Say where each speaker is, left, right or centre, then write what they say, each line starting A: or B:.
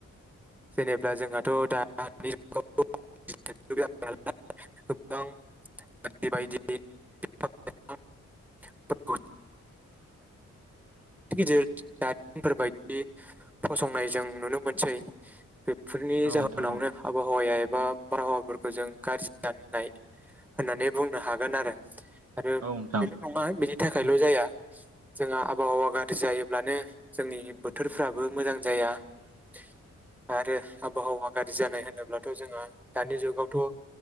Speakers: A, in the centre; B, on the right.
A: जेनेब्ला जोंहाथ' दानि जुगाव <unintelligible> गोबां <unintelligible> बेबायदि <unintelligible>
B: <inaudible>
A: गिदिर दारिमिनफोरबायदि फसंनाय जों नुनो मोनसै फोरनि
B: औ
A: जाहोनावनो
B: नोंथां औ
A: आबहावाया एब बा बारहावाफोरखौ जों गाज्रि जनाय होननानै बुंनो हागोन आरो आरो
B: औ नोंथां
A: बेल' नङा बेनि थाखायल' जाया जोंहा आबहावा गाज्रि जायोब्लानो जोंनि बोथोरफ्राबो मोजां जाया ।
B: <inaudible>
A: आरो आबहावा गाज्रि जानाय होनोब्लाथ' जोंहा दानि जुगावथ'